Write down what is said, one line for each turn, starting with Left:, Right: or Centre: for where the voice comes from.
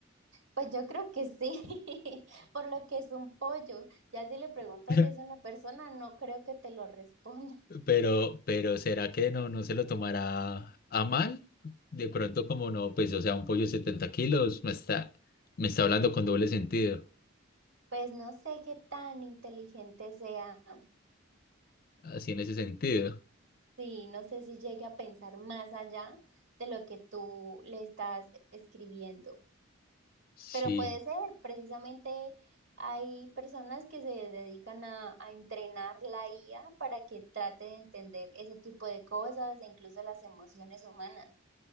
Right: Pues yo creo que sí, <laughs> por lo que es un pollo. Ya si le preguntas
Left: <laughs>
Right: si es una persona, no creo que te lo responda. <laughs>
Left: Pero, pero ¿será que no, no se lo tomará a mal? De pronto, como no, pues, o sea, un pollo de 70 kilos me está, me está hablando con doble sentido.
Right: Pues no sé qué tan inteligente sea.
Left: Así en ese sentido.
Right: Sí, no sé si llegue a pensar más allá de lo que tú le estás escribiendo.
Left: Sí,
Right: Pero puede ser, precisamente hay personas que se dedican a, a entrenar la IA para que trate de entender ese tipo de cosas e incluso las emociones humanas.